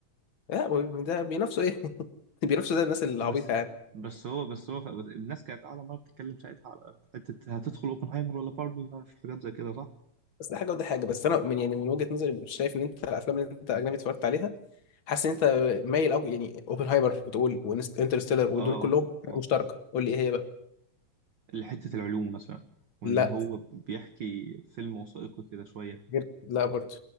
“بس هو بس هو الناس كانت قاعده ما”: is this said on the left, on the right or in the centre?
Right